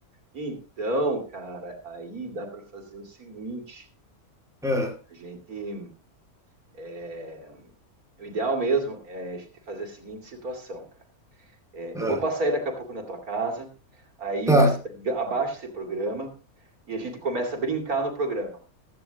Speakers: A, on the right; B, in the centre.
A: Então, cara, aí dá para fazer o seguinte:
B: Ah, ah,
A: a gente, é, o ideal mesmo é a gente fazer a seguinte situação, cara. É,
B: ah.
A: eu vou passar aí daqui a pouco na tua casa, aí
B: Tá,
A: você abaixa esse programa e a gente começa a brincar no programa.